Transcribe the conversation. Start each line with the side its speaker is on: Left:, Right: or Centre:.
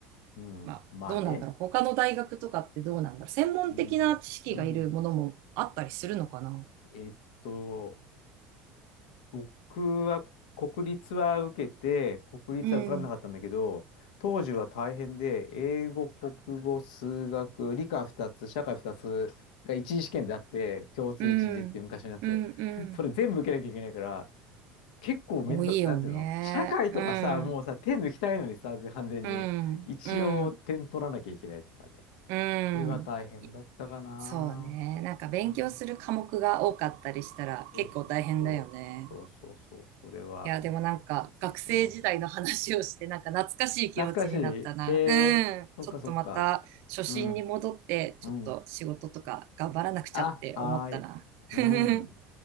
Left: ん。
Right: まあ、
Left: まあね。
Right: どうなんだろう。他の大学とかってどうなんだろう。専門的な知識がいるものもあったりするのかな。
Left: うん。うん。えっと、僕は国立は受けて、国立は受かんなかったんだけど、
Right: うん、
Left: 当時は大変で、英語、国語、数学、理科2つ、社会2つが一次試験であって、共通一次って昔のやつ。
Right: うん、うん、うん。
Left: それ全部受けなきゃいけないから、結構面倒、
Right: 多いよね。
Left: なんていうの社会とかさ、
Right: うん、
Left: もうさ、手抜きたいのにさ、完全に。
Right: うん、
Left: 一応点取らなきゃいけないとかね。
Right: うん、うん。
Left: これは大変だったかな。
Right: そうね。なんか勉強する科目が多かったりしたら結構大変だよね。
Left: うん、そうそうそう。そうそうそう。それは。
Right: いや、でもなんか学生時代の話をしてなんか懐かしい気持ちになったな。
Left: うん懐かしい。ええそっかそっか。
Right: うん。ちょっとまた初心に戻ってちょっと仕事とか頑張らなくちゃって思ったな。
Left: うん、うん。あ、はーい。
Right: <laughs>
Left: うん。